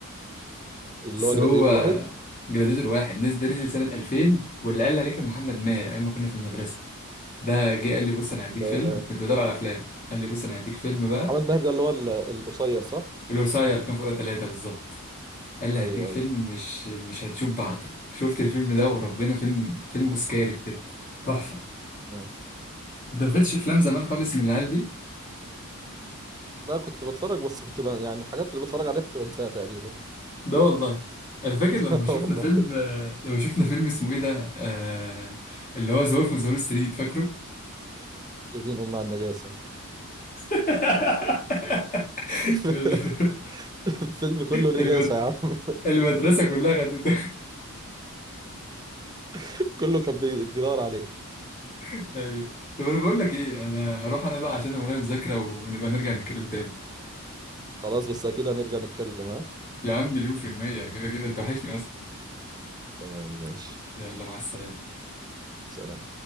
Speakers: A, on the right; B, on the left.
A: اللي
B: بس
A: هو
B: هو
A: جلاتيتور واحد
B: جلاديتور واحد نزل ده نزل سنة 2000 واللي قال لي عليه كان محمد ماهر أيام ما كنا في المدرسة ده جه قال لي بص أنا هديك
A: آه،
B: فيلم كنت بدور على أفلام قال لي بص أنا هديك فيلم بقى
A: محمد ماهر ده اللي هو ال- القصير صح
B: الوصاية اللي كان فوقها ثلاثة بالظبط قال لي
A: ايوه
B: هديك فيلم
A: ايوه
B: مش مش هتشوف بعده شفت الفيلم ده وربنا فيلم فيلم أوسكاري بجد تحفة
A: مم.
B: أنت ما خدتش أفلام زمان خالص من العيال دي
A: لا كنت بتفرج بس كنت ب... يعني الحاجات اللي بتفرج عليها كنت بنساها تقريبا
B: ده والله أنا فاكر
A: <laughs>
B: لما شفنا
A: والله
B: فيلم آه، لما شفنا فيلم اسمه إيه ده آه، اللي هو ذا وولف أوف ستريت فاكره
A: يا دين امي على النجاسه
B: <laughs>
A: <laughs>
B: في ال-
A: الفيلم كله نجاسه
B: في المد...
A: يا عم
B: المدرسة كلها خدت
A: <laughs> كله كان بي- بيدور عليه
B: <laughs> ايوه طب انا بقول لك ايه انا هروح انا بقى عشان ورايا مذاكرة ونبقى نرجع نتكلم تاني
A: خلاص بس اكيد هنرجع نتكلم ها
B: يا عم مليون في المية كده كده انت وحشني اصلا
A: تمام ماشي
B: يلا مع السلامة
A: سلام